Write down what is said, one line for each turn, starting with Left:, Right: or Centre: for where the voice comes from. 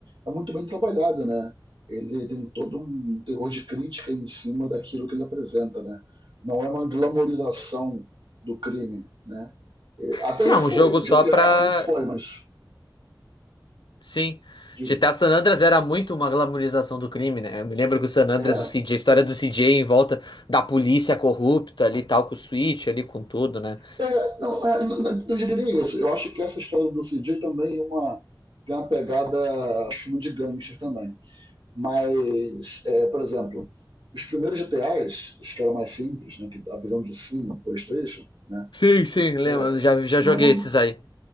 Right: É muito bem trabalhado, né? Ele tem todo um terror de crítica em cima daquilo que ele apresenta, né? Não é uma glamorização do crime, né? É, Até
Left: Sim,
Right: já
Left: é um
Right: foi,
Left: jogo
Right: GTA
Left: só pra
Right: no início foi, mas.
Left: Sim.
Right: diga.
Left: GTA San Andreas era muito uma glamorização do crime, né? Eu me lembro que o San Andreas,
Right: É,
Left: o CJ, a história do CJ em volta da polícia corrupta ali, e tal, com o Switch ali, com tudo, né?
Right: É, não, é, não, não diria nem isso. Eu acho que essa história do CJ também é uma, tem uma pegada de filme de gangster também. Mas, é, por exemplo, os primeiros GTAs, os que eram mais simples, né, que a visão de cima, PlayStation, né,
Left: Sim, sim, lembro.
Right: é,
Left: eu Já, já
Right: não,
Left: joguei
Right: não-
Left: esses aí.